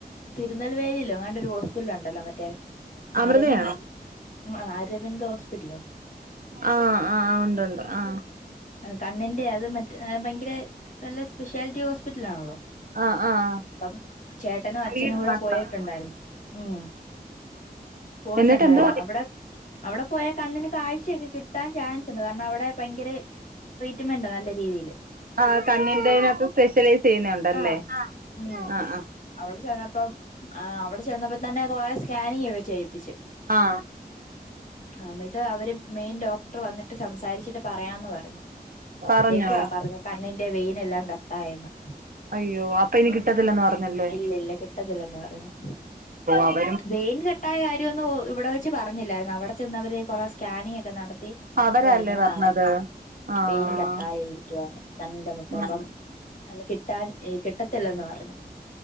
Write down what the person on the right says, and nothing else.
അമൃതയാണോ
ആഹ ആ ഉണ്ട്ണ്ട് ആ
ആഹ് ആഹ്
ഐയുടെ
മാത്രമാണോ
എന്നിട്ട് എന്തോ
ആ് കണ്ണിന്റെകത്ത് സ്പെഷ്യലൈസ് ചെയ്യുന്നണ്ടല്ലേ
ആ ആ
ആഹ
പറഞ്ഞോ
അയ്യോ അപ്പൊ ഇനി കിട്ടത്തില്ലന്ന് പറഞ്ഞല്ലേോ
അവ
അവരല്ലേ
പറഞ്ഞത്
ആഹ്
ഉം